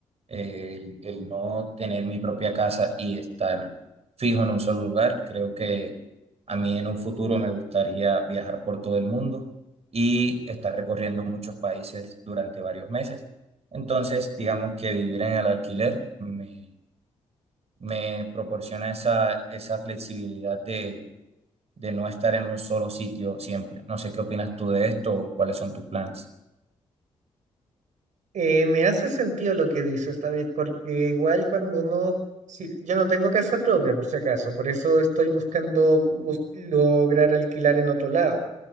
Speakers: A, on the right (about 55°); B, on the right (about 70°).
A: eh, el, el no tener mi propia casa y estar fijo en un solo lugar. Creo que a mí en un futuro me gustaría viajar por todo el mundo y estar recorriendo muchos países durante varios meses. Entonces, digamos que vivir en el alquiler me me proporciona esa, esa flexibilidad de, de no estar en un solo sitio siempre. No sé qué opinas tú de esto o cuáles son tus planes.
B: Eh, me hace sentido lo que dices, David, porque igual cuando uno, si- yo no tengo casa propia, por si acaso, por eso estoy buscando bus- lograr alquilar en otro lado,